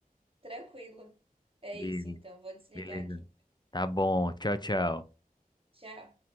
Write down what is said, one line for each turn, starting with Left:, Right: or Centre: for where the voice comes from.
Right: Tranquilo. É
Left: Ele,
Right: isso, então. Vou desligar
Left: beleza.
Right: aqui.
Left: Tá bom. Tchau, tchau.
Right: Tchau.